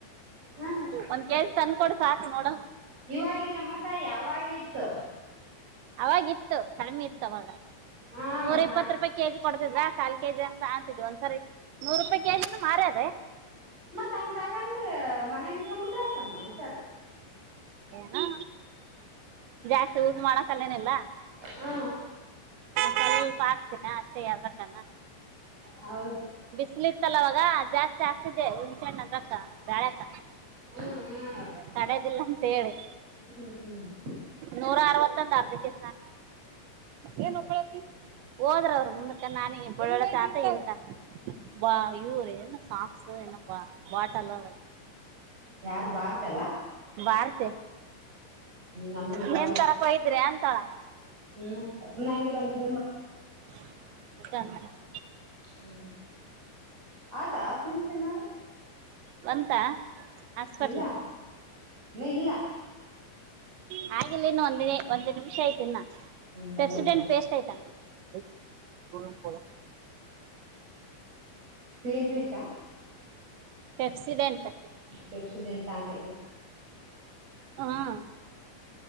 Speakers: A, on the right (about 30°); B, on the right (about 70°).
A: ಹ
B: ಒಂದ್ ಕೆಜಿ ತಂದ ಕೊಡ ಸಾಕು ನೋಡ.
A: ಇವಾಗಿಲ್ಲ ಮತ ಯಾವಾಗೇ ಇತ್ತು.
B: ಅವಾಗಿ ಇತ್ತು ಕಡಿಮೆ ಇತ್ತು ಅವಾಗ
A: ಹಾ
B: ನೂರ
A: ಮತ್
B: ಇಪ್ಪತ್ತು
A: ನಾನ್
B: ರೂಪಾಯ ಕಗ. ಕೊಡ್ತಿದ್ದ ಕಾಲ್ ಕೆಜಿ ಅಂಗ ಕಾಣತಿದ್ ಒಂದ್ಸರಿ ನೂರು ರೂಪಾಯಿ ಕೆಜಿನ ಮಾರಿ ಅದೇ.
A: ಮತ್ ಹಂಗ ತಗೊಂಡ್ ಮನೆಗಿಟ್ಕೊಂಡಂಬಿಟ್ರ ಆಯತಮ್ಮ ಒಂದ್ಸರಿ.
B: ್ಮ ಜಾಸ್ತಿ ಊದ ಮಾಡಕಲ್ಲೇನಲ್ಲಾ.
A: ಹಾ-
B: ನ ಸ್ವಲ್ಪ ಆಾಕ್ತೀನೆ ಅಷ್ಟೇ ಯದ್ರಕಣ.
A: ಹೌದು
B: ಬಿಸಿಲಿ ಇತ್ತಲ್ಲ ಅವಾಗ ಜಾಸ್ತಿ. ಆಗ್ತಿದೆ ಹುಣ್ಚೆಣ್ಣ ಅದಕ್ಕ ಬೆಳಕ
A: ಹ್ಮ ಹ್ಮ್
B: ತಡದಿಲ್ಲಂತ. ತೇಲಿ.
A: ಹ್ಮ್ ಹ್ಮ್-
B: ನೂರ ಅರವತ್ತೊಂದು ಅರ್ಧಕ್ಕೆ. ಏನ್ ಒಬ್ಲೆ ಅಡಿ ಹೋದ್ರವರು ಮುಂದಕ ನಾನಿ ಒಬ್ಬಳ್ಳಳತಿ ಆತ ಎಂತ. ಬಾ ಯೂರ್ ಸಾಕ್ಸ್ ಬಾ ಬಾಟಲ್ಲ.
A: ಯಾರ್ು ಬಾರತಲಾ.
B: ಬಾರ್ತೆ
A: ನಮ್ಗೆ ಇವಾಗ
B: ನಿಮ ತರಕ್ಯ್ರಿ ಅಂತಳ.
A: ಹ್ಮ್ ಸುಮ್ನೆ ನಂಗೆ ಬಂದಿದ್ದನ್ ಮ.
B: <inaudible>
A: ಹ್ಮ್ ಹ್ಮ್ ಹ್ಮ್ ಆಯ್ತಾ ಆತ್ ನಿಮಷ ನೋಡ್ರಿ.
B: ಬಂತ. ಹಾಸ್ಪಿಟ್ಲ್
A: ಇಲ್ಲ ನ ಇಲ್ಲ.
B: ಹಾಗಿಲ್ಲ ಇನ್ನು ಒಂದ ಒಂದು್ ನಿಮಿಷ ಆಐತ ಇನ್ನ
A: ಹ್ಮ್
B: ಪೆಸಡೆಂಡ
A: ಎಲ್ರು
B: ಪೇಸ್ಟ್ ಐ್ತಾನ. <unintelligible>
A: ಪನ್ ಪೇಸ್ಾ. <inaudible>
B: ಪೆಪ್ಸಿಡೆಂಟ್
A: ಪೆಪ್ಸದೆ ಎಂತ ಅಂತೇನಾ.
B: ಹ್ಮ್